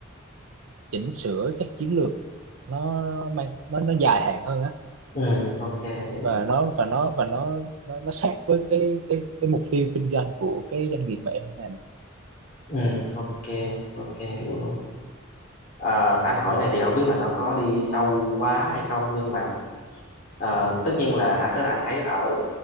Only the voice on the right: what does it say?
chỉnh sửa các chiến lược nó mang nó nó dài hạn hơn á
và nó và nó và nó nó, nó sát với cái cái cái mục tiêu kinh doanh của cái doanh nghiệp mà em làm